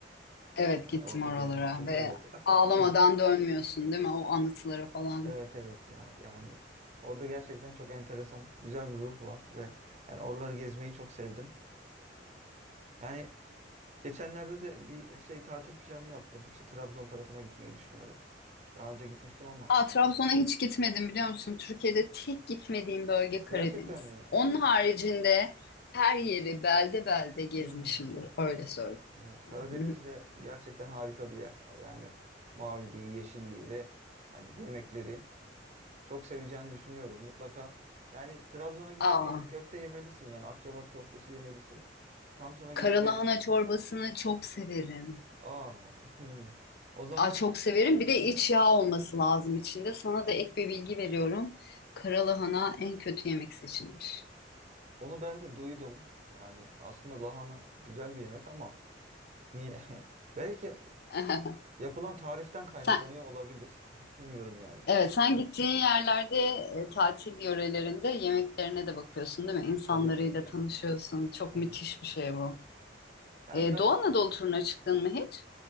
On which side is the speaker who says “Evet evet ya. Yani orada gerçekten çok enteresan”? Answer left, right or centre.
Right